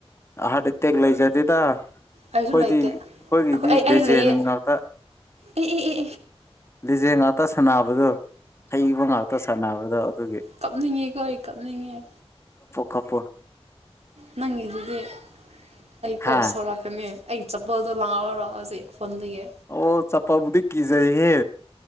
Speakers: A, on the left (about 25°); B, on the right (about 80°).
A: ꯑꯍꯔ ꯇꯦꯛꯒ ꯂꯩꯣꯏ ꯆꯗꯦꯗ ꯑꯩꯈꯣꯏꯗꯤ
B: ꯑꯩꯁꯨ ꯂꯩꯇꯦ
A: ꯑꯩꯈꯣꯏꯒꯤꯗꯤ
B: ꯑꯩꯈꯣꯏ ꯑꯩ
A: ꯂꯦꯖꯦꯟ
B: ꯑꯩ ꯂꯩꯌꯦ
A: ꯉꯥꯛꯇ
B: ꯑꯦ ꯑꯦ ꯑꯦ
A: ꯂꯤꯖꯦꯜ ꯉꯥꯛꯇ ꯁꯥꯟꯅꯕꯗꯣ ꯍꯩꯕ ꯉꯥꯛꯇ ꯁꯥꯟꯅꯕꯗꯣ ꯑꯗꯨ
B: ꯀꯞꯅꯤꯡꯉꯦ ꯀꯣꯏ ꯀꯞꯅꯤꯡꯉꯦ
A: ꯀꯞꯄ
B: ꯅꯪꯗꯗꯤ ꯑꯩ
A: ꯍꯥ
B: ꯀꯣ ꯁꯣꯔꯛꯀꯅꯤ ꯑꯩ ꯆꯄꯣꯜꯗꯣ ꯂꯥꯎꯑꯣꯔ ꯍꯧꯖꯤꯛ ꯐꯣꯟꯗꯒꯤ
A: ꯑꯣ ꯆꯞꯄꯕꯨꯗꯤ ꯀꯖꯩ ꯍꯦ